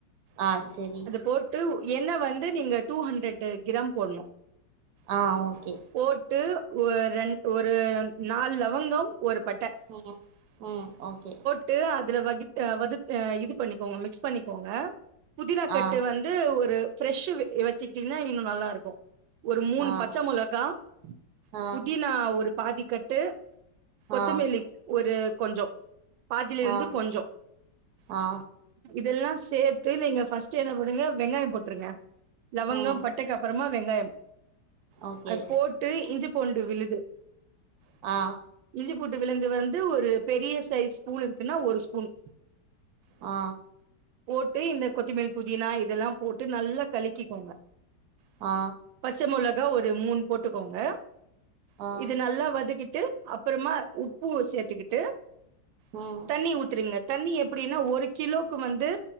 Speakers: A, on the right (about 60°); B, on the right (about 80°).
A: ஆ செரி
B: அது போட்டு எண்ண வந்து நீங்க டூ ஹண்ட்ரட் கிராம் போட்ணு
A: ஆ ஓகே
B: போட்டு ஒரு ரெண் ஒரு நால் லவங்கம் ஒரு பட்ட
A: ம்கு ம் ஓகே
B: ட்டு அதுல வகு வகு இது பண்ணிக்கோங்க மிக்ஸ் பண்ணிக்கோங்க புதினா கட்டு
A: ஆ
B: வந் ஒரு ப்ரெஷு வச்சுட்டீங்கன்னா இன்னு நல்லா இருக்கு ஒரு மூணு
A: ஆ
B: பச்ச மொளகா
A: ஆ
B: புதினா ஒரு பாதி கட்டு கொத்தமல்லி
A: ஆ
B: ஒரு கொஞ்சோ பாதிலேந்து
A: ஆ
B: கொஞ்சோ
A: ஆ
B: இதெல்லா சேத்து நீங்க ஃபஸ்ட்டு என்ன போடுங்க வெங்காயம் போட்ருங்க லவங்கம்
A: ம்
B: பட் டைக்கு அப்பறமா வெங்காயம்
A: ஓகே
B: அது போட்டு இஞ்சி பூண்டு விழுது
A: ஆ
B: இஞ்சிபூண்டு விழுந்து வந்து ஒரு பெரிய சைஸ் ஸ்பூல் இருக்குன்னா ஒரு ஸ்பூன்
A: ஆ
B: போட்டு இந்த கொத்திமல்லி புதினா இதெல்லா போட்டு நல்லா கழிக்கிக்கோங்க
A: ஆ
B: பச்ச மொளகா ஒரு மூணு போட்டுக்கோங்க
A: ஆ
B: இது நல்லா வதக்கிட்டு அப்றமா உப்பு சேத்துக்கிட்டு
A: ம்
B: தண்ணி ஊத்துருங்க தண்ணி எப்டின்னா ஒரு கிலோக்கு வந்து